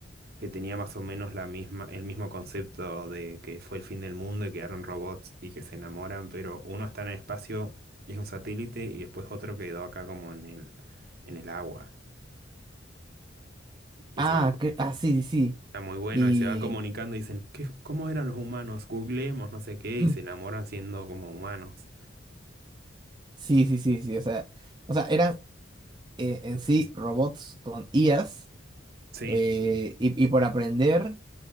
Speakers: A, on the right; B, on the right.
A: que tenía más o menos la misma, el mismo concepto de que fue el fin del mundo y quedaron robots y que se enamoran, pero uno está en el espacio y es un satélite y después otro quedó acá como en el, en el agua. Y
B: Ah,
A: se van,
B: que, ah, sí, sí, sí.
A: está muy bueno
B: Y
A: y se van comunicando y dicen, ¿qué, cómo eran los humanos? Googleemos, no sé qué,
B: <clears throat>
A: y se enamoran siendo como humanos.
B: sí, sí, sí, sí. O sea, o sea, eran eh, en sí robots con IAs
A: Sí,
B: eh, y, y por aprender